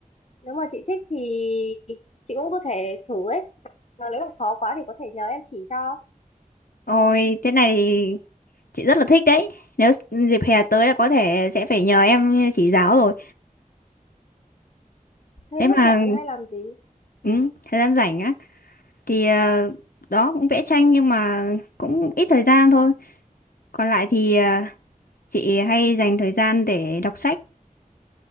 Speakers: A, on the left; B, on the left.
A: nếu mà chị thích thì chị cũng có thể thử ấy mà nếu mà khó quá thì có thể nhờ em chỉ cho
B: Ôi, thế này thì chị rất là thích đấy. Nếu dịp hè tới là có thể sẽ phải nhờ em chỉ giáo rồi.
A: thế
B: Thế mà
A: lúc rảnh chị hay làm gì
B: ừ, thời gian rảnh á thì ờ, đó cũng vẽ tranh nhưng mà cũng ít thời gian thôi. Còn lại thì ờ, chị hay dành thời gian để đọc sách.